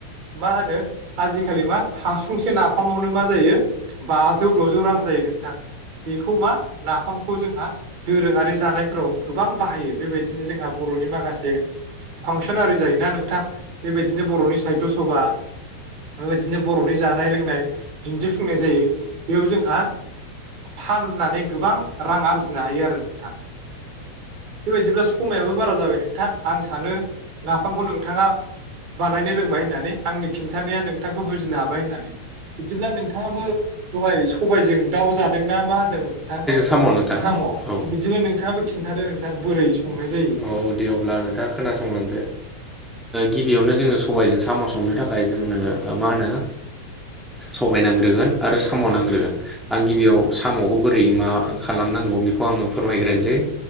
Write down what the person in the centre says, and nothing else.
साम' नोंथां
औ
औ दे अब्ला नोंथाङा खोनासंलांदो गिबियावनो जोङो सबायाइजों साम' संनो थाखाय जोंनो मा होनो सबाय नांग्रोगोन आरो साम' नांग्रोगोन आं गिबियाव सामखौ बोरै मा खालामनांगौ बेखौ आङो फोरमायग्रोनोसै